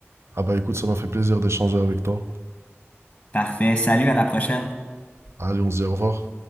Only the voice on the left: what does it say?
Parfait. Salut, à la prochaine.